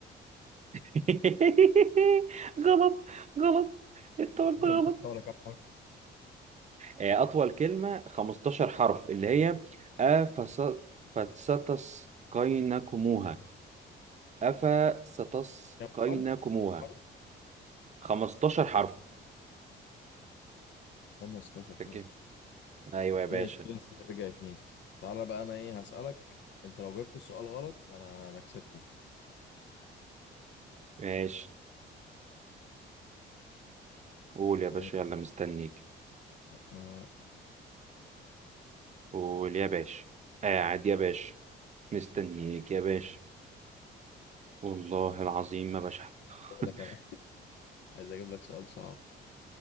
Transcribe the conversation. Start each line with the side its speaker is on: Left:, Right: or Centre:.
Right: <laughs> غلط غلط انت قلت
Left: الحرف
Right: غلط
Left: تحتوي على كام حرف؟
Right: آه، أطول كلمة 15 حرف اللي هي أفس فستسقينكموها أفستسقينكموها
Left: كم حرف كم حرف
Right: 15 حرف
Left: 15 حرف
Right: فاكر؟ أيوة يا باشا
Left: ماشي لسه ترجع اتنين تعالى بقى انا ايه هسالك انت لو جبت السؤال غلط انا انا كسبتك
Right: ماشي قول يا باشا
Left: إيه،
Right: يلا مستنيك
Left: آه،
Right: قول يا باشا قاعد يا باشا مستنيك يا باشا والله العظيم ما بشحن
Left: أقول
Right: <laughs>
Left: لك أنا <laughs> عايز اجيب لك سؤال صعب